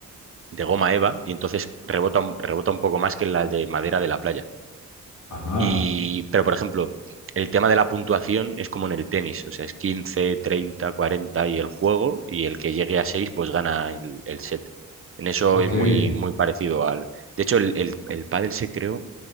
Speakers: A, on the right; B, on the left.
A: de goma eva y entonces rebota, un- rebota un poco más que las de madera de la playa.
B: Ajá,
A: Y, pero, por ejemplo, el tema de la puntuación es como en el tenis, o sea, es 15 30 40 y el juego, y el que llegue a 6 pues gana el, el set. En eso
B: ok.
A: es muy,
B: <laughs> eh,
A: muy parecido al... De hecho, el, el, el pádel se creó